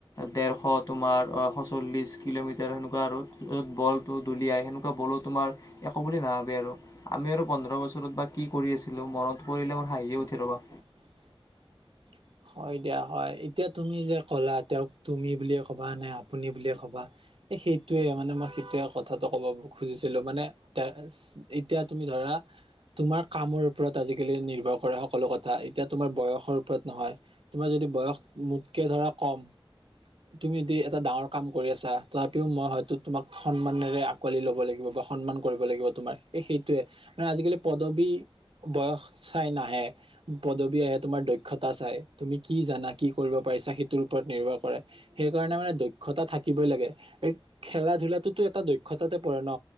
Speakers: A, on the left; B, on the right.
A: ঢেৰশ তোমাৰ এশ চল্লিশ কিলোমিটাৰ সেনেকুৱা আৰু যত বলটো দলিয়াই সেনেকুৱা, বলো তোমাৰ একো বুলি নাভাবে আৰু। আমি আৰু পোন্ধৰ বছৰত বা কি কৰি আছিলোঁ মনত পৰিলে মোৰ হাঁহিয়ে উঠি ৰ'বা।
B: <unintelligible> হয় দিয়া হয়। এতিয়া তুমি যে ক'লা তেওঁক তুমি বুলিয়ে ক'বা নে আপুনি বুলিয়ে ক'বা- সেইটোৱে মানে মই সেইটোৱে কথাটো ক'ব খুজিছিলো, মানে তা এ এতিয়া তুমি ধৰা তোমাৰ কামৰ ওপৰত আজিকালি নিৰ্ভৰ কৰে সকলো কথা, এতিয়া তোমাৰ বয়সৰ ওপৰত নহয়, তোমাৰ যদি বয়স মোতকে ধৰা কম - তুমি যদি এটা ডাঙৰ কাম কৰি আছা, তথাপিও মই হয়তো তোমাক সন্মানেৰে আকোৱালি ল'ব লাগিব, সন্মান কৰিব লাগিব তোমাক এ সেইটোয়ে, মানে আজিকালি পদবী বয়স চাই নাহে, পদবী আহে তোমাৰ দক্ষতা চাই। তুমি কি জানা কি কৰিব পাৰিছা সেইটোৰ ওপৰত নিৰ্ভৰ কৰে। সেইকাৰণে মানে দক্ষতা থাকিবই লাগে। এই খেলা ধূলাটোত এটা দক্ষতাতে পৰে ন